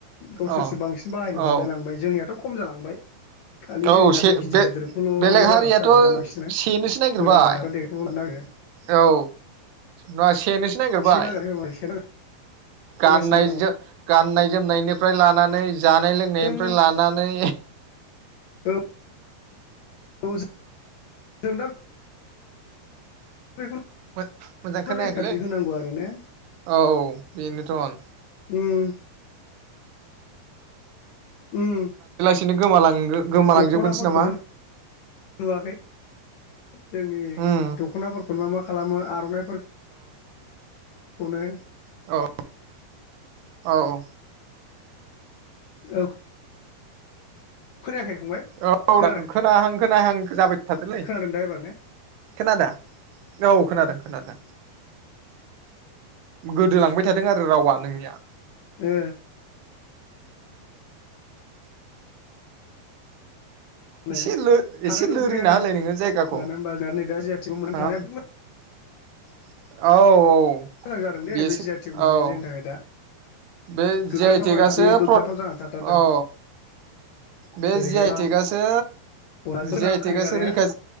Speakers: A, on the left; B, on the right.
A: गावसोरसो
B: औ
A: बांसिन बाहायनो
B: औ
A: हमलाय लांबाय जोंनियाथ' खम जालांबाय। खालि
B: औ
A: जोंनियााब
B: से
A: बे गिदिर गिदिरखौल'ल
B: बेलेग हारियाथ'
A: जाग्रासो जालांबाय दाना बांसिननो
B: सेनोसो नागिरबाय
A: मोजां जानो दांरा देखखौल' लानो नागिरा
B: औ नङा सेनोसो नागिरबाय
A: सेन नागिरो सेन नागिरगासिनो
B: गाननाय जो गाननाय जोमनायनिफ्राय लानानै जानाय लोंनायनिफ्राय
A: दङ
B: लानानै
A: जों औ जों जों दा बेखौनो
B: मोजां खोनायाखैलै
A: रैखाथि होनांगौ आरो ने
B: औ बेनोथ'
A: उम उम
B: बिदिनो गोमालां गोमालांजोबगोनसो
A: दख'नाफोरखौनो
B: नामा
A: नुवाखै जोंनि
B: उम
A: दख'नाफोरखौनो मा मा खालामो आर'नाइफोर खौनो
B: औ औ औ।
A: औ। खोनायाखै।
B: औ
A: खोनादों
B: दा खोनाहां खोनायाहां जाबाय थादोंलै
A: खोनादों दा एबार ने
B: खोनादों? औ खोनादों खोनादों गोदोलांबाय थादों आरो रावा नोंनिया
A: ओ माने
B: एसे एसे
A: हानाय नंद्रायादां
B: लोरिना होलाय नोङो जायगाखौ
A: मानो होनबा जोंहा नै दा जि आइ टेकबो मोननो
B: हा
A: थांबाय आरो।
B: औ औ।
A: मोजां जादों दे
B: बेसो
A: बे जि आइ टेक मोननाया
B: औ
A: जोंनि थाखाय दा।
B: बे
A: गोग्गाथाव
B: जि आइ टेकआसो
A: आरो बेयो गोग्गाथाव
B: फ्र
A: जानानै थाथारदों
B: औ। बे
A: ओरैहाय
B: जि आइ
A: आम
B: टेकआसो
A: अनलाजों गोनां
B: जि
A: हांखो
B: आइ टेकआसो
A: नांजानाया
B: रैखा